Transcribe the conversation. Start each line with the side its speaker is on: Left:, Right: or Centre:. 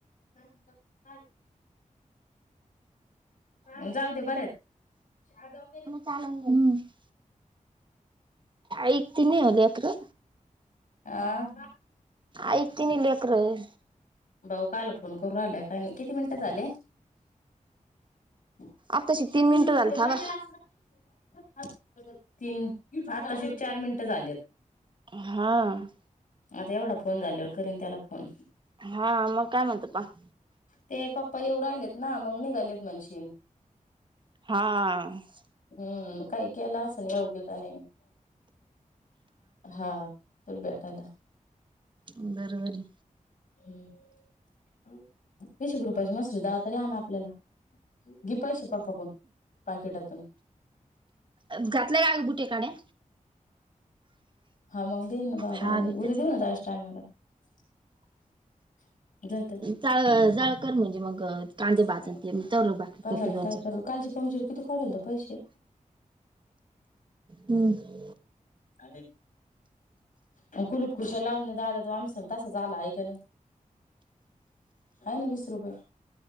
Left: कष्टान आन. जाऊ दे बरे आहेत.
Right: चालन गेम मग. ऐक तिन्ही आहे लेकरं.
Left: आ.
Right: ऐक तनी लेकरं.
Left: भाऊ काल फोन करू आलाय काय नाही किती मिनिटं झाले. एवढस
Right: आताशी तीन मिनिटं झाली थांबा.
Left: लागेला अस. तीन सात अशी चार मिनटं झालेत.
Right: हां.
Left: आता एवढा फोन झालेवर करीन त्याला फोन.
Right: हा मग काय म्हत प ''--''
Left: ते पप्पा येव राहिलेत ना मग निघालेत म्हणशन.
Right: हा.
Left: हम्म काही केलं अस योग्य त्याने हा. तुल भेटायला.
Right: बरोबर.
Left: ह विशे रुपाची मस्त धात्रे तरी आण ना आपल्याला. गि पैसे पप्पाकडून पाकिटातून.
Right: घातल्या का बुटे काड्या?
Left: हा मग देईऊन ना बाबा
Right: हा
Left: आला
Right: विकच
Left: उद्या देऊ ना त्यास टायमाला. <inaudible> जय तन
Right: जाळ जाळ कर म्हणजे मग कांदे भाजून
Left: पायाला
Right: ते मी तरलो भाकरी करते
Left: या
Right: दोन
Left: काय
Right: चार
Left: करू. कालचे पंक्चर किती कढल त पैसे.
Right: हम्.
Left: आणि. मग कुलूप खुश लावून द तो आम्सून तसां झाला आहे का नाही. आहे ना वीस रुपये